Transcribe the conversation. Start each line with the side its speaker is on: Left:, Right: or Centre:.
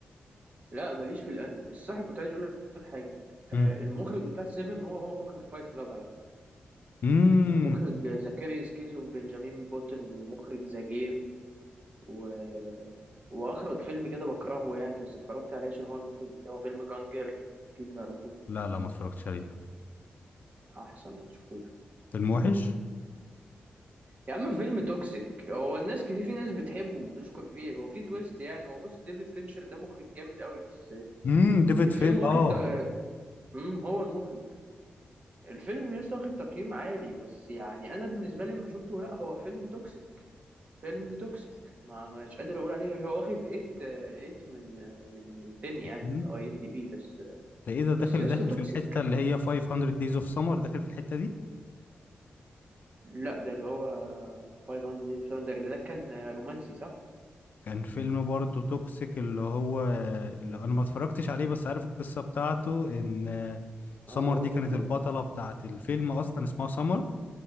Right: لا ماليش في الانمي بس صح كنت عايز اقول لك حاجه آه،
Left: امم
Right: المخرج بتاع سيفن هو هو مخرج فايت كلاب على
Left: امم
Right: ومخرج زكريوس كيسو بنجامين بوتن ومخرج ذا جيم و... واخرج فيلم كده بكرهه يعني بس اتفرجت عليه عشان هو المخرج بتاعه فيلم جانجر اكيد تعرفه
Left: لا لا ما اتفرجتش عليه ده
Right: احسن ما تشوفوش
Left: فيلم وحش
Right: يا عم فيلم توكسيك هو الناس كتير في ناس بتحبه وبتشكر فيه هو في تويست يعني هو بص ديفيد فينشر ده مخرج جامد قوي بس
Left: امم ديفيد
Right: الفيلم
Left: فين
Right: واخد
Left: اه
Right: تا- امم هو المخرج الفيلم لسه واخد تقييم عالي بس يعني انا بالنسبه لي لما شفته لا هو فيلم توكسيك فيلم توكسيك ما مش قادر اقول عليه هو واخد 8 8 من آه، من من 10 يعني
Left: امم
Right: في اي ام دي بي بس
Left: ده ايه ده داخل
Right: بس يا اسطى
Left: داخل
Right: توكسيك
Left: في الحتة اللي هي 500 days of summer داخل في الحتة دي
Right: لا ده اللي هو 500 ده ده ده كان رومانسي صح
Left: كان فيلم برضه توكسيك اللي هو اللي انا ما اتفرجتش عليه بس عارف القصة بتاعته ان سمر
Right: اه قول
Left: دي كانت
Right: لي كده
Left: البطلة بتاعت الفيلم اصلا اسمها سمر